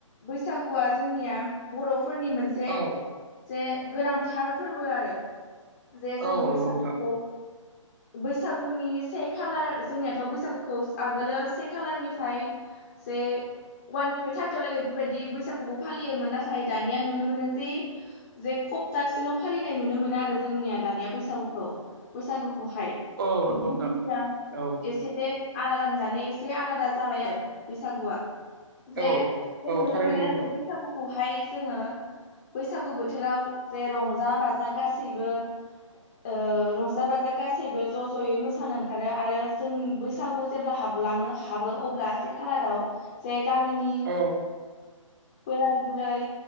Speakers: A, on the left; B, on the right.
A: बैसागु गुआ जोंनिया बर'फोरनि मोनसे
B: औ
A: जे गोनांथार फोरबो आरो जे जों
B: औ
A: बैसागुखौ
B: नंगौ नोंथां
A: बैसागुनि से खालार जोंनियाथ' बैसागुखौ आगोलो से खालारनिफ्राय जे ववाननिफ्राय थार्टियाव लागै बेफोरबायदि बैसागु बो फालियोमोन नाथाय दानिया नुनो मोनो जे जे सप्तासेल' फालिनाय नुनो मोना आरो जोंनिया दानिया बैसागुखौ बैसागुखौहाय
B: औ
A: <unintelligible>
B: नंगौ नोंथां औ
A: एसे एसे आलादा दानिया एसे आलादा जाबाय आरो बैसागुआ जे
B: औ
A: जों
B: औ
A: नुनो
B: थारैनो
A: मोनो
B: नंगौ नोंथां
A: बे बैसागुखौहाय जोङो बैसागु बोथोराव जे रंजा बाजा गासैबो ओ रंजा बाजा गासैबो ज' ज'यै मोसानो ओंखारो आरो जों बैस बैसागु जे हाबलाङो हाबो अब्ला से खालाराव जे गामिनि
B: औ
A: बोराय बुरै